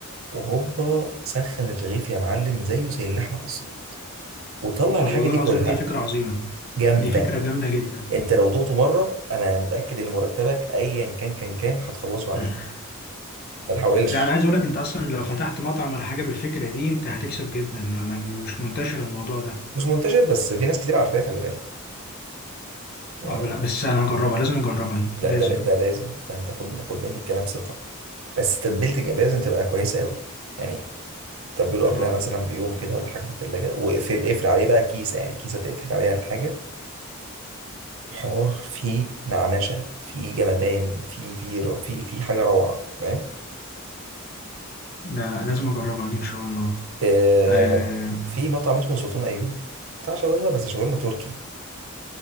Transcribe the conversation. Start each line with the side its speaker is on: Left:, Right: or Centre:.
Right: وهوبا سخن الرغيف يا معلم زيه زي اللحمه بالظبط وطلع
Left: طب
Right: الحاجه
Left: والله
Right: دي
Left: العظيم
Right: كلها
Left: دي فكره عظيمه
Right: جامده
Left: دي فكره جامده جدا
Right: انت لو دقته مره انا متاكد ان مرتبك ايا كان كان كام هتخلصه
Left: <laughs>
Right: عليه ما تحاولش
Left: لا انا عايز اقول لك انت اصلا لو فتحت مطعم ولا حاجه بالفكره دي انت هتكسب جدا ما- ما- مش منتشر الموضوع ده
Right: مش منتشر بس في ناس كتير عارفاه خلي بالك يعني
Left: اه لا بس انا هجربها لازم اجربها دي
Right: لا
Left: لازم
Right: ده لا ده لازم ده انت خد خد مني الكلام ثقه بس تتبيله الجمبري لازم تبقى كويسه قوي يعني تبله قبلها
Left: اه
Right: مثلا بيوم كده ولا حاجه في التلاجة واقفل اقفل عليه بقى كيسه يعني كيسه تقفل عليها الحاجه الحوار فيه نعنشة فيه جمدان فيه فيه فيه فيه حاجة روعة أنت فاهم
Left: لا لا لازم اجربها دي ان شاء الله
Right: آه
Left: اه,
Right: في مطعم اسمه سلطان أيوب بتاع شاورما بس شاورما تركي